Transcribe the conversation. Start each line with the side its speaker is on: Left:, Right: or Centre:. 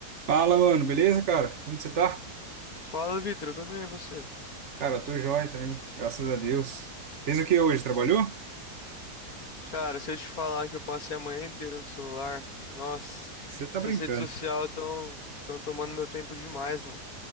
Right: Fala, mano, beleza, cara? Como que você tá?
Left: Fala, Vitor, eu tô bem, e você?
Right: Cara, eu tô joia também, graças a Deus. Fez o que hoje? Trabalhou?
Left: Cara, se eu te falar que eu passei a manhã inteira no celular, nossa,
Right: Você tá brincando.
Left: essas redes sociais estão tão tão tomando meu tempo demais, mano.